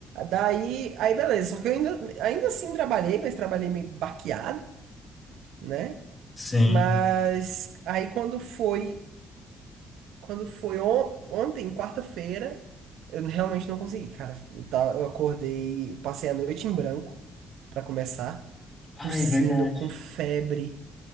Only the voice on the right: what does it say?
Daí, aí beleza. Só que eu ainda, ainda assim trabalhei, mas trabalhei meio baqueado, né?
Mas aí quando foi, quando foi on- ontem, quarta-feira, eu realmente não consegui, cara. Eu, ta- eu acordei, passei a noite em branco pra começar,
tossindo
com febre,